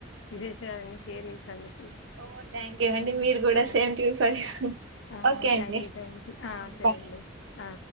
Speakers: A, on the left; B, on the right.
A: విశేషాలన్నీ షేర్ చేసినందుక్
B: ఓ థ్యాంక్ యూ అండి మీరు కూడా
A: హ
B: same to you for you
A: ఆ ఆ
B: ఓకే
A: థ్యాంక్
B: అండి
A: యూ థ్యాంక్ యూ ఆ సరే
B: బాయ్
A: అండి ఆ